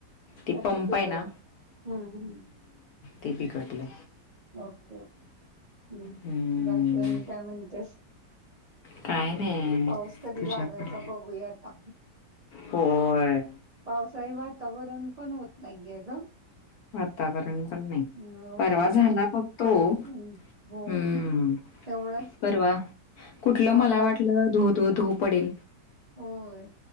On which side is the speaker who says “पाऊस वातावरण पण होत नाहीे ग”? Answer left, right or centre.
Right